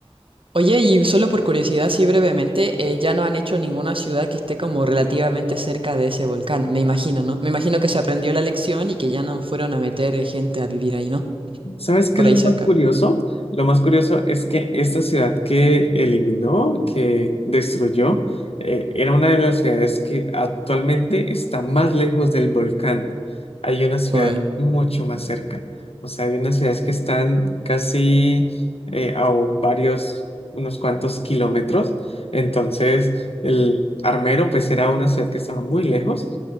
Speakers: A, on the right; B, on the left.
A: Oye, y solo por curiosidad, sí brevemente, eh, ya no han hecho ninguna ciudad que esté como relativamente cerca de ese volcán, me imagino, ¿no? Me imagino que se aprendió la lección y que ya no fueron a meter eh, gente a vivir ahí, ¿no?
B: ¿Sabes qué
A: Por
B: es
A: ahí
B: lo
A: cerca.
B: más curioso? Lo más curioso es que esta ciudad que eliminó, que destruyó, eh, era una de las ciudades que actualmente está más lejos del volcán. Hay una ciudad
A: Uy,
B: mucho más cerca. O sea, hay unas ciudades que están casi eh, a varios, unos cuantos kilómetros. Entonces, el Armero, pues era una ciudad que estaba muy lejos.